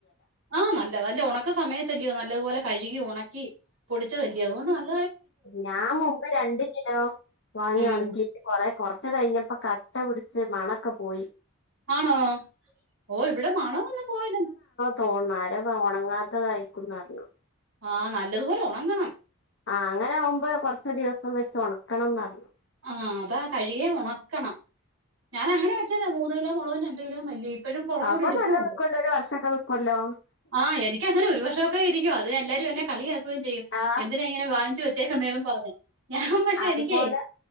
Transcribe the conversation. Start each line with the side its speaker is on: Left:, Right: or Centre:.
Right: ആഹ് നല്ല നല്ല ഉണക്ക സമയത്തല്യോ നല്ലതുപോലെ കഴുകി ഉണക്കി പൊടിച്ചതല്ലിയോ അതുകൊണ്ട് നല്ല
Left: ഞാൻ മുമ്പ് രണ്ട് കിലോ വാങ്ങി
Right: ഉം
Left: ഒണക്കിട്ട് കൊറെ കൊറച്ച കഴിഞ്ഞപ്പ ക ട്ട പിടിച്ച് മണക്ക പോയി.
Right: ആണോ ഓ ഇവിടെ മാണോന്നു പോയില
Left: തോന്നാര ഒണങ്ങാത്തതായിരിക്കുന്നറഞ്ഞു.
Right: ആഹ് നല്ലതുപോലെ ഒണങ്ങണം.
Left: ആഹ് അങ്ങനെ ആവുമ്പം കൊറച്ച ദിവസം വെച്ച് ഒണക്കണംന്നറഞ്ഞു.
Right: ആഹ് അതാ കഴിയെ ഒണക്കണം. ഞാന അങ്ങനെച്ചത മൂന്ന് കിലോ മുളവിന് രണ്ട് കിലോ മല്ലിയി ഇപ്പഴും കുറച്ചൂടി
Left: അപ്പൊ
Right: ഇരിപ്പും
Left: നല്ല
Right: ഉണ്ട്.
Left: നിക്കുമല്ലോ ഒരു വർഷമൊക്കെ നിക്കുമല്ലോ
Right: ആ എനിക്കങ്ങനെ ഒരു വഷർക്കെ ഇരിക്കും അ ത് എല്ലാരും എന്നെ കളിയ ക്കുകയും ചെയ്യും
Left: ആ
Right: എന്തിന ഇങ്ങനെ വാങ്ങിച്ചു വെച്ചേക്കുന്നേന്നും പറഞ് ഞാൻ പക്ഷെ
Left: അതുപോലെ
Right: എനിക്കെ